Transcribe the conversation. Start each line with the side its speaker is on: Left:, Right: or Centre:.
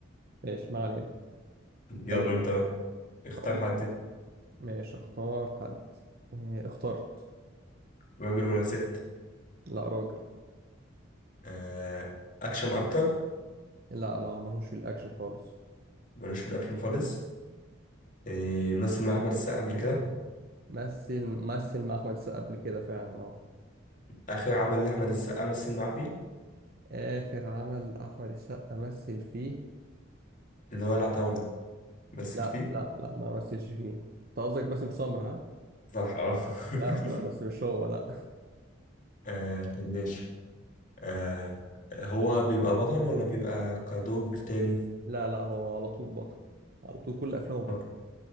Right: ماشي ما علينا
Left: يلا
Right: طب أقول
Left: انت قول. اختار
Right: أقول
Left: حد
Right: لك ماشي اختار حد إيه، اخترت
Left: راجل ولا ست
Right: لا راجل
Left: آه، اكشن اكتر
Right: لا لا هو ملهوش في الأكشن خالص
Left: ملوش في الاكشن خالص آه، مثل مع احمد السقا قبل كده
Right: مثل مثل مع أحمد السقا قبل كده فعلا اه
Left: اخر عمل لاحمد السقا مثل معاه فيه
Right: آخر عمل أحمد السقا مثل فيه
Left: اللي هو العتاولة مثل
Right: لا
Left: فيه
Right: لا لا ما مثلش فيه أنت قصدك باسم سمرة ها؟
Left: صح اه <laughs>
Right: لا لا بس مش هو لا
Left: آه، طب ماشي آه هو بيبقى بطل ولا بيبقى كدور تاني
Right: لا لا هو على طول بطل على طول كل أفلامه بطل
Left: بطل.